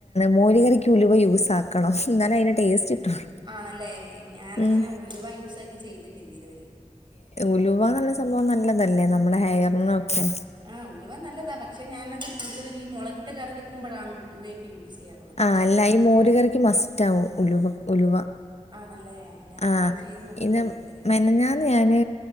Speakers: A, on the left; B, on the right.
A: മോല കറിക്ക് ഉലുവ യൂസ ആക്കണം എന്നാലും അതിൻ്റെ ടേസ്റ്റ് കിട്ടുള്ളൂ
B: ആണല്ലേ ഞാൻ
A: ഉം
B: അങ്ങനെ ഉലുവ യൂസ ആക്കി ചെയ്തിട്ടില്ല ഇതുവരെ
A: ഉലവാ നല്ലയ നല്ലതല്ലേ നമ്മളെ ഹെയറിനൊക്കെ
B: ആഹ് ഉലുവ നല്ലതാ പക്ഷെ ഞാനത് കൂടുതലും ഈ മുളകിട്ട കറി വെക്കുമ്പോഴാണ് ഉലുവയൊക്കെ യൂസ് ചെയ്യാറുള്ളത്
A: ആ അല്ല ഈ മോരുകറിക്ക് മസ്റ്റ് ആവും ഉലു ഉലുവ
B: ആണല്ലേ ഞാൻ
A: ആ
B: അങ്ങനെ ചെയ്ത് നോക്കിയിട്ടില്ല
A: ഇന്ന്
B: ഇതുവരെ
A: മെനഞ്ഞാന്ന് ഞാന്